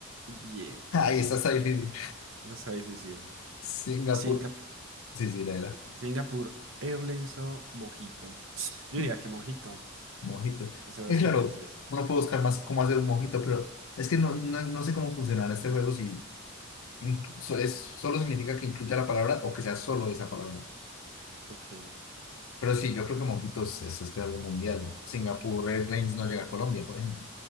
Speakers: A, on the right; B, on the left.
A: Bien.
B: <laughs> Ahí está, está difícil.
A: Eso está difícil.
B: Singapur,
A: Singapur,
B: sí, sí, la era.
A: Singapur Airlines o Mojito. Yo
B: Mm,
A: diría que Mojito.
B: Mojito.
A: No sabes
B: Es claro,
A: qué pensés.
B: uno puede buscar más cómo hacer un mojito, pero es que no, no, no sé cómo funcionará este juego si Incluso es, solo significa que incluya la palabra o que sea solo esa palabra.
A: Ok.
B: Pero sí, yo creo que mojitos es, es que algo mundial. Singapur Airlines no llega a Colombia, por ejemplo.